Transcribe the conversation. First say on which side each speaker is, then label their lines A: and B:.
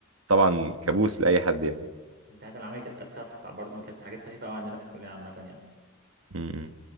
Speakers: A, on the right; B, on the right.
A: طبعا كابوس لاي حد يعني
B: امتحانات العمل كانت اسخف برضو ما كانت حاجات سخيفه قوي عندنا في الكليه عامه يعني
A: م- م.